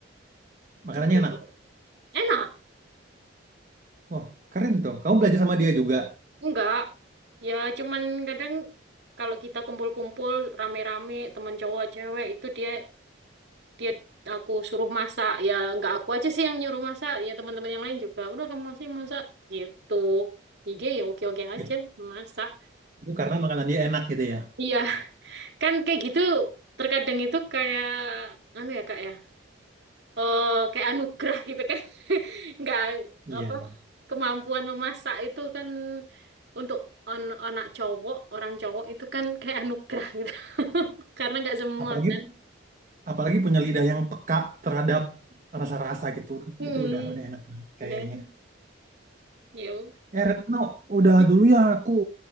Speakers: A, on the right; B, on the right.
A: Makanannya
B: Aduh,
A: enak.
B: enak?
A: Wah, keren tuh. Kamu belajar sama dia juga.
B: Enggak. Ya, cuman kadang kalau kita kumpul-kumpul rame-rame, teman cowok, cewek, itu dia dia aku suruh masak. Ya, enggak aku aja sih yang nyuruh masak. Ya, teman-teman yang lain juga. Udah, kamu masih masak. Gitu. Jadi dia ya oke-oke aja
A: Gitu.
B: masak.
A: Itu karena makanan dia enak gitu ya.
B: Iya, Kan kayak gitu terkadang itu kayak anu ya Kak ya. Oh, kayak anugerah gitu kan. <laughs> Nggak
A: Iya.
B: apa kemampuan memasak itu kan untuk on- anak cowok, orang cowok itu kan kayak anugerah gitu. <laughs> Karena nggak semua
A: Apalagi
B: kan.
A: apalagi punya lidah yang peka terhadap rasa-rasa gitu.
B: Mm-mm.
A: Itu udah udah enak banget kayaknya.
B: Udah. Yuk.
A: Eh Retno, udah
B: Hmm.
A: dulu ya aku